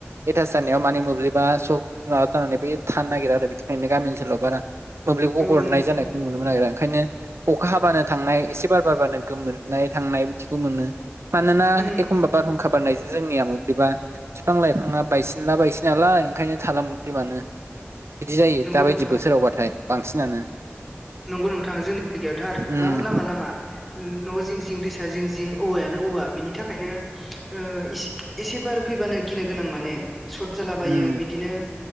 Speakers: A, on the right; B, in the centre.
A: एटास्ास जानायाव मानिे मोब्लिबा साबा जानानै बे थानो नागिरा आरो बिनिखायनो गामि ओनसोलाव बारा मोब्लिबखौ
B: औ
A: हरनाय
B: नंगौ
A: जानायखौ नुनो मोनो आरो ओंखायनो अखा हाबानो थांनाय एसे बार बारबानो गोमोरनाय थांनाय बिदिखौ मोनो मानोना
B: उम
A: एखमबा बारहुंखा बारनायजों जोंनिया मोब्लिबा बिफां लाइफाङा बायसिनला बायसि नालाय ओंखायनो थाला मोब्लिबानो बिदि जायो
B: नंगौ
A: दाबायदि
B: नोंथां
A: बोथोरावबाथाय बांसिनानो
B: नंगौ नोंथां जोंनि जायगायावथ' आरो
A: उम
B: गोबां लामा लामा न' जिं जिं दै जिं जिं औवायानो औवा बिनि थाखायनो ओ एसे एसे बार फैबानो गिनो गोनां माने सर्ट जालाबायो
A: उम
B: बिदिनो